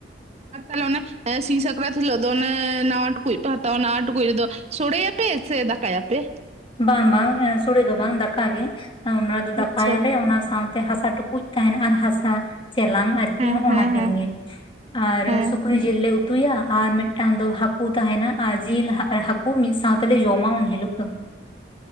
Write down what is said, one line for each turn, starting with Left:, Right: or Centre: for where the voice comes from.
Right: ᱟᱨ ᱛᱟᱦᱚᱞᱮ ᱚᱱᱮ ᱥᱤᱧ ᱥᱟᱠᱨᱟᱛ ᱦᱤᱞᱳᱜ ᱫᱚ ᱚᱱᱮ ᱱᱟᱣᱟ ᱴᱩᱠᱩᱡ ᱯᱮ ᱦᱟᱛᱟᱣᱟ ᱱᱟᱣᱟ ᱴᱩᱠᱩᱡ ᱨᱮᱫᱚ ᱥᱚᱲᱮᱭᱟᱯᱮ ᱥᱮ ᱫᱟ- ᱠᱟᱭᱟᱯᱮ <unintelligible>
Left: ᱵᱟᱝ ᱵᱟᱝ ᱦᱮᱸ ᱥᱚᱲᱮ ᱫᱚ ᱵᱟᱝ ᱫᱟᱠᱟᱜᱮ ᱚᱱᱟ ᱫᱚ
Right: ᱟᱪᱪᱷᱟ
Left: ᱫᱟᱠᱟᱭᱟᱞᱮ ᱚᱱᱟ ᱥᱟᱶ ᱛᱮ ᱦᱟᱥᱟ ᱴᱩᱠᱩᱡ ᱛᱟᱦᱮᱱ ᱟᱨ ᱦᱟᱥᱟ ᱪᱮᱞᱟᱝ ᱟᱨᱠᱤ
Right: ᱦᱮᱸ
Left: ᱦᱚᱸᱜᱼ
Right: ᱦᱮᱸ
Left: ᱱᱟ ᱠᱤᱱ
Right: ᱦᱮᱸ
Left: ᱜᱮ ᱟᱨ
Right: ᱦᱮᱸ
Left: ᱥᱩᱠᱨᱤ ᱡᱤᱞ ᱞᱮ ᱩᱛᱩᱭᱟ ᱟᱨ ᱢᱤᱫᱴᱟᱝ ᱫᱚ ᱦᱟᱹᱠᱩ ᱛᱩ ᱛᱟᱦᱮᱱᱟ ᱟᱨ ᱡᱤᱞ ᱦᱟᱠᱩ <unintelligible> ᱦᱩᱭ ᱢᱤᱫ ᱥᱟᱶ ᱛᱮᱞᱮ ᱡᱚᱢᱟ ᱩᱱ ᱦᱤᱞᱳᱜ ᱫᱚ